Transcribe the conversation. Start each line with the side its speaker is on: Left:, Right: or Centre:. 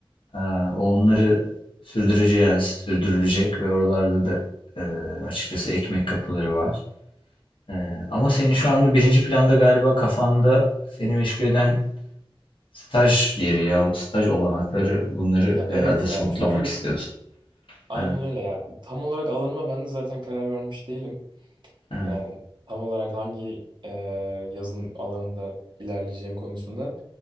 Left: E, o onları sürdüreceğiz, sürdürülecek ve oralarda da e, açıkçası ekmek kapıları var. E, ama senin şu anda birinci planda galiba kafanda seni meşgul eden staj yeri yahut staj olanakları bunları
Right: Ya
Left: herhalde
Right: evet
Left: somutlamak
Right: ya çünkü
Left: istiyorsun.
Right: Aynen
Left: Evet.
Right: öyle ya. Tam olarak alanıma ben de zaten karar vermiş değilim.
Left: Evet.
Right: Yani tam olarak hangi e, yazılım alanında ilerleyeceğim konusunda.